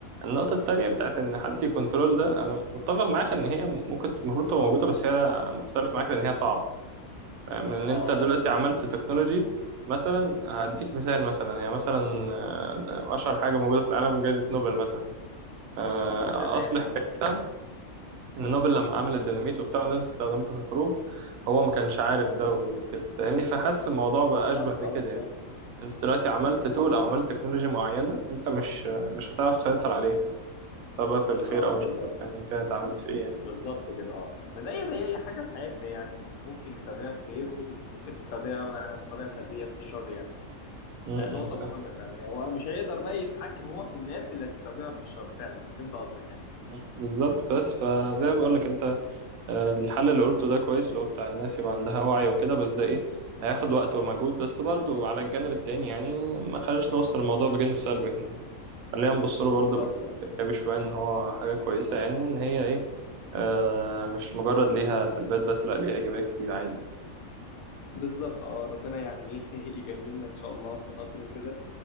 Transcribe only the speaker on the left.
اه
اه
تمام
اه
بالظبط
اه بالظبط
امم أمم،
بالظبط.
اه
بالظبط
بالظبط كده اه فزي زي اي حاجه في حياتنا يعني ممكن نستخدمها في خير وممكن تستخدمها بطريقه سلبيه في الشر يعني
يعني نقطه
مهمه فعلا يعني هو مش هيقدر بقى يتحكم هو في الناس اللي هتستخدمها في الشر فعلا انا فهمت قصدك يعني
بالظبط
اه
بالظبط اه ربنا يعني ايه <laughs> يجنبنا ان شاء الله مخاطر وكده